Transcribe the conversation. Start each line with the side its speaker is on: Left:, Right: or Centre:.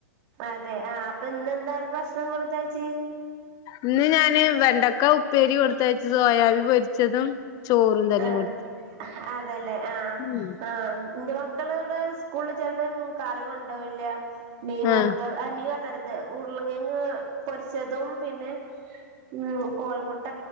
Right: അതെ, ആ, അപ്പൊ, ഇന്നെന്താ, അവർക്ക്, ഭക്ഷണം, കൊടുത്തയച്ച്?
Left: ഇന്ന്, ഞാന്, വെണ്ടക്ക, ഉപ്പേരി, കൊടുത്തയച്ചു, സോയാവി, പൊരിച്ചതും ചോറും തന്നെ
Right: ആഹ്,
Left: കൊടുത്തു
Right: അതല്ലേ, ആഹ്,
Left: ഉം
Right: ആഹ്. ഇന്റെ, മക്കള ഇവിടെ, സ്കൂളില്, ചിലപ്പം കറി കൊണ്ടവില്ല, മീൻ വർത്ത,
Left: ആഹ്
Right: ആ, മീൻ, വറുത്ത റുത്തത്, ഉരുളംകെയങ്ങ്, പൊരിച്ചതും, പിന്നെ ഉം, കോഴിമുട്ട,